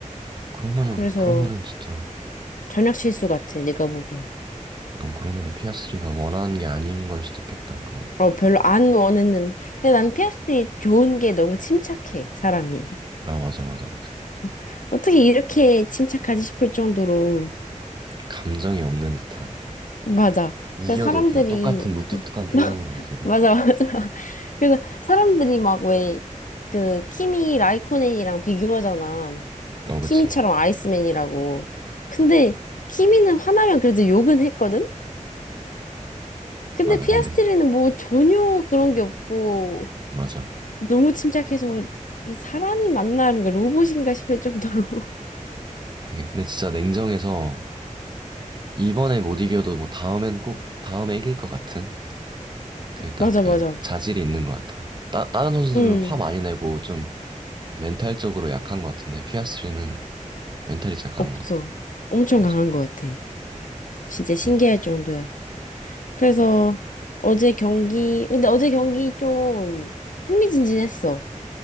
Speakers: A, on the right; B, on the left.
A: 그러면은
B: 그래서
A: 그러면은 진짜.
B: 전략 실수 같아, 내가 보기엔.
A: 어, 그러면은 피아스리가 원하는 게 아닌 걸 수도 있겠다. 그거는.
B: 어, 별로 안 원했는데. 근데 난스트리 좋은 게 너무 침착해, 사람이.
A: 아, 맞아, 맞아, 맞아.
B: <laughs> 어떻게 이렇게 침착하지 싶을 정도로
A: 감정이 없는 듯한.
B: 맞아.
A: 이겨도
B: 그래서 사람들이
A: 그냥 똑같은 무뚝뚝한 표정으로
B: <laughs>
A: 이기고.
B: 맞아 맞아. 그래서 사람들이 막 왜 그 키미 라이코넨이랑 비교하잖아.
A: 어, 그치.
B: 키미처럼 아이스맨이라고. 근데 키미는 화나면 그래도 욕은 했거든. 근데
A: 맞아.
B: 피아스트리는
A: 근데,
B: 뭐 전혀 그런 게 없고
A: 맞아.
B: 너무 침착해서 이 사람이 만나는 뭔 로봇인가 싶을 정도로 <laughs>
A: 되게, 근데 진짜 냉정해서 이번에 못 이겨도 뭐 다음엔 꼭, 다음에 이길 것 같은 그 딱
B: 맞아
A: 그
B: 맞아.
A: 자질이 있는 것 같아. 따, 다른 선수들은
B: 응
A: 화 많이 내고 좀 멘탈적으로 약한 것 같은데 피아스리는 멘탈이 진짜 강한
B: 없어.
A: 것 같다.
B: 엄청
A: 맞아.
B: 강한 것 같아. 진짜 신기할
A: 그래서,
B: 정도야. 그래서 어제 경기, 근데 어제 경기 좀 흥미진진했어.